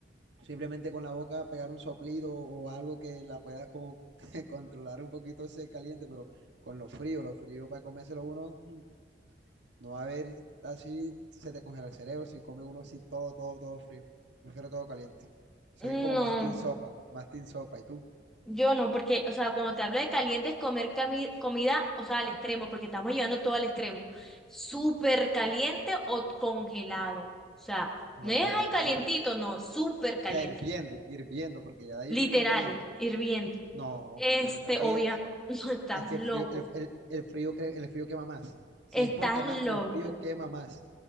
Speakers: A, on the right; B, in the centre.
A: Simplemente con la boca pegar un soplido o algo que la pueda como <laughs> controlar un poquito ese caliente, pero con lo frío, lo frío para comérselo uno, mm, no va a haber así, se te congela el cerebro si come uno así todo, todo, todo frío. Prefiero todo caliente. Soy
B: no.
A: como más team sopa, más team sopa. ¿Y tú?
B: Yo no, porque, o sea, cuando te hablo de caliente es comer cami- comida, o sea, al extremo, porque estamos llevando todo al extremo. Súper caliente o congelado. O sea,
A: No,
B: no es
A: yo
B: ahí calientito,
A: súper, o
B: no, súper caliente.
A: sea, hirviendo, hirviendo, porque ya de
B: Literal,
A: ahí no hay más caliente.
B: hirviendo.
A: No,
B: Este,
A: yo prefiero caliente.
B: obviamente, <laughs> no, estás
A: Es que
B: loco,
A: el frío, el, el- el frío, cre- el frío quema más. Si
B: estás
A: es por quemar,
B: loco
A: el frío quema más.